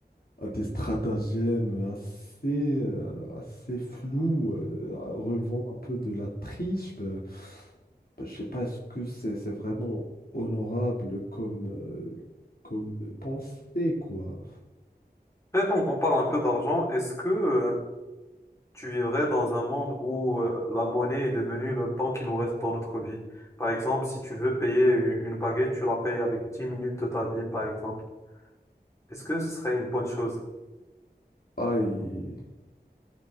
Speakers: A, on the left; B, on the left.
A: à des stratagèmes assez, euh, assez flous, euh, relevant un peu de la triche. ben, ben, je sais pas, est-ce que c'est c'est vraiment honorable comme, euh, comme pensée, quoi?
B: Peut-être on compare un peu d'argent. Est-ce que euh, tu vivrais dans un monde où euh, la monnaie est devenue le temps qui nous reste dans notre vie. Par exemple, si tu veux payer u- une baguette, tu la payes avec 10 minutes de ta vie, par exemple. Est-ce que ce serait une bonne chose?
A: Aïe.